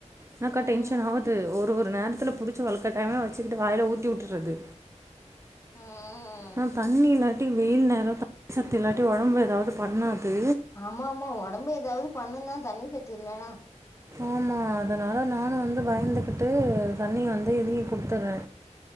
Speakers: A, on the right; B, on the left.
A: தா அக்கா
B: ம்
A: டென்ஷன் ஆவுது ஒரு ஒரு நேரத்துல புடிச்சி வலு கட்டாயாமா வச்சிகிட்டு வாய்ல ஊத்தி உட்டுறது
B: ஆ ஆ
A: தா தண்ணி இல்லாட்டி வெயில் நேர த சத்து இல்லாட்டி ஒடம்பு ஏதாவ்து பண்ணாது
B: ஆமா ஆமா ஒடம்பு ஏதாவ்து பண்ணு தா தண்ணி சத்து இல்லனா
A: ஆமா அதனால நானு வந்து பயந்துகிட்டு தண்ணிய வந்து எழுகி கொடுத்துறே